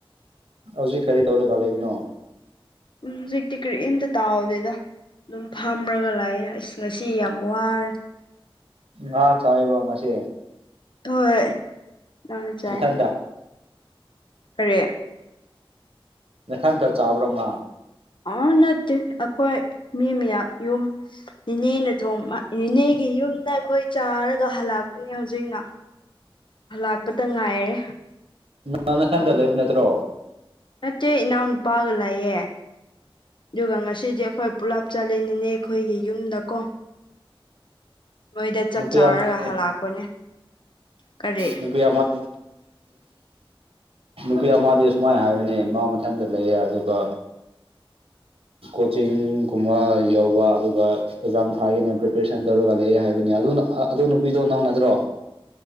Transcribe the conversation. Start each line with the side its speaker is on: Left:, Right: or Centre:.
Right: ꯍꯧꯖꯤꯛ ꯀꯔꯤ ꯇꯧꯔꯒ ꯂꯩꯕꯅꯣ
Left: ꯎꯝ ꯍꯧꯖꯤꯛꯇꯤ ꯀꯔꯤꯝꯇ ꯇꯥꯎꯗꯦꯗ ꯑꯗꯨꯝ ꯐꯥꯝꯔꯒ ꯂꯥꯛꯑꯦ ꯑꯁ ꯉꯁꯤ ꯌꯥꯝ ꯋꯥꯔꯦ
Right: ꯉ ꯆꯥꯏꯕ ꯉꯁꯤ
Left: ꯍꯣꯏ ꯉꯥ ꯆꯥꯏ
Right: ꯅꯊꯟꯗ
Left: ꯀꯔꯤ
Right: ꯅꯊꯟꯇ ꯆꯥꯕ꯭ꯔꯣ ꯉꯥ
Left: ꯑꯣ ꯅꯠꯇꯦ ꯑꯩꯈꯣꯏ ꯃꯤ ꯃꯌꯥꯝ ꯌꯨꯝ ꯅꯦꯅꯦꯅ ꯊꯣꯡꯕ ꯅꯦꯅꯦꯒꯤ ꯌꯨꯝꯗ ꯑꯩꯈꯣꯏ ꯆꯥꯔꯒ ꯍꯜꯂꯛꯄꯅꯦ ꯍꯧꯖꯤꯛꯅ ꯂꯥꯛꯄꯗ ꯉꯥꯏꯔꯦ
Right: ꯅꯪ ꯅꯊꯟꯇ ꯂꯩꯕ ꯅꯠꯇ꯭ꯔꯣ
Left: ꯅꯠꯇꯦ ꯏꯅꯥꯎ ꯅꯨꯄꯥꯒ ꯂꯩꯌꯦ ꯑꯗꯨꯒ ꯉꯁꯤꯗꯤ ꯑꯩꯈꯣꯏ ꯄꯨꯂꯞ ꯆꯠꯂꯤꯅꯤꯅꯦ ꯑꯩꯈꯣꯏꯒꯤ ꯌꯨꯝꯗꯀꯣ ꯅꯣꯏꯗ ꯆꯥꯛ
Right: ꯅꯨꯄꯤ
Left: ꯆꯥꯔꯒ
Right: ꯑꯃꯅꯦ
Left: ꯍꯜꯂꯛꯄꯅꯦ ꯀꯔꯤ
Right: ꯅꯨꯄꯤ ꯑꯃꯗ ꯅꯨꯄꯤ ꯑꯃꯗꯤ ꯁꯨꯃꯥꯏꯅ ꯍꯥꯏꯕꯅꯦ ꯃꯥ ꯃꯊꯟꯇ ꯂꯩꯌꯦ ꯑꯗꯨꯒ ꯀꯣꯆꯤꯡꯒꯨꯝꯕ ꯌꯧꯕ ꯑꯗꯨꯒ ꯑꯦꯛꯖꯥꯝ ꯊꯥꯒꯅꯦ ꯄ꯭ꯔꯤꯄꯦꯔꯦꯁꯟ ꯇꯧꯔꯒ ꯂꯩ ꯍꯥꯏꯕꯅꯤ ꯑꯗꯨꯅ ꯑꯗꯨ ꯅꯨꯄꯤꯗꯣ ꯅꯪ ꯅꯠꯗ꯭ꯔꯣ